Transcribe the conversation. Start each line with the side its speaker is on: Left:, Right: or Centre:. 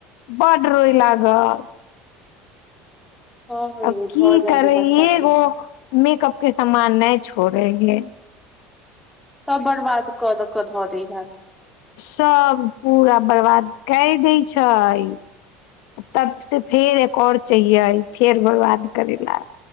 Left: बड रोई लाग गत
Centre: हँ यै
Left: अब की
Centre: भऽ जाइ
Left: करै
Centre: हय बच्चा
Left: एगो
Centre: सब
Left: मेकअप के सामान नहि छोड़े है
Centre: तब बर्बाद करके दऽ दै है
Left: सभ पूरा बरबाद कय दै छै तबसँ फेर एक आर चाहियै फेर बरबाद करय ल